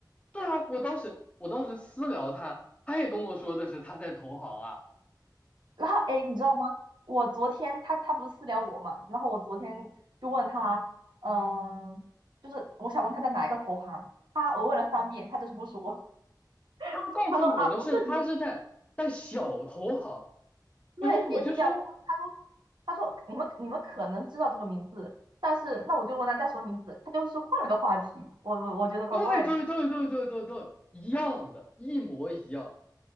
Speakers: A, on the left (about 15°); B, on the right (about 80°).
A: 对啊，我当时我当时私聊他，他也跟我说的是他在投行啊。
B: 然后哎，诶你知道吗？我昨天他他不是私聊我嘛，然后我昨天就问他，嗯、就是我想问他在哪一个投行，他我问了三遍，他就是不说，
A: 他告诉我的是他是在在小投行，
B: <laughs> 他说啊不是你对，
A: 然后我就说
B: 他也是这样，他说他说他说你们你们可能知道这个名字，但是那我就问他叫什么名字，他就是换了个话题，我我我觉得怪怪的。
A: 对对对对对对对，一样的，一模一样，